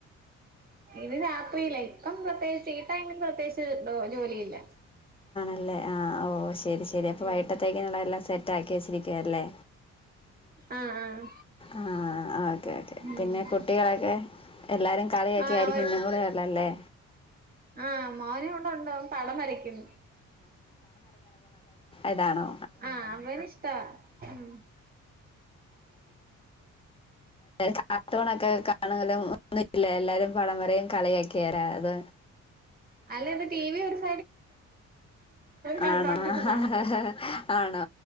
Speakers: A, on the right (about 30°); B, on the left (about 20°).
A: ഇത് രാ ഫ്രീലെയ് ഇപ്പം പ്രത്യേകിച്ച് ഈ ടൈമിൽ പ്രത്യേകിച്ച് ഡോ ജോലിയില്ല.
B: അല്ലെ ആ ഓ ശ് ശരി ശരി അപ്പ
A: ഉം
B: വൈട്ടത്തേക്ക് ള്ളതല്ലാം സെറ്റ് ആക്കി വെച്ചിരിക്കുവല്ലേ,
A: ആഹ് ആഹ്
B: ആ ഓക്കെ ഓക്കെ
A: ഉം
B: പിന്നെ കുട്ടികളൊക്കെ എല്ലാരും കളിയൊക്കെ
A: ആഹ്
B: ആയിരിക്കുമെന്ന്
A: ഒരു
B: ഞങ്ങള് <unintelligible> ലെ
A: ആഹ് മോനിവിടെ ഉണ്ട് അവൻ പടം വരയ്ക്കുന്ന്
B: എതാണോ
A: ആഹ് അവന് ഇഷ് ആ ഉം
B: കാർട്ടൂനൊക്കെ കാണലും എല്ലാരും പടം വരയും കളിയൊക്കെയാ രാ അതെ
A: അല്ലെത് ടി വി വെച്ച് കണ്ടോണ്ടിരുന്നാ
B: ആണോ ആഹ് ആഹ് ആ ആണോ